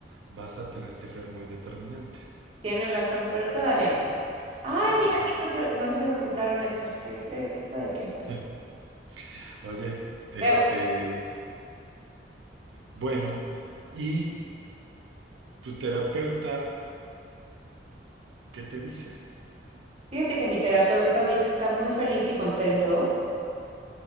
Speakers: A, on the right; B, on the right.
A: vas a tener que ser muy determinante.
B: Tienes razón, pero todavía no. Ay,
A: Ok.
B: mira, aquí no se, no se ocultaron estas. ¿Qué este, esta de qué fue?
A: <laughs> Oye, este,
B: Eu-
A: bueno, ¿y tu terapeuta qué te dice?
B: Fíjate que mi terapeuta ahorita está muy feliz y contento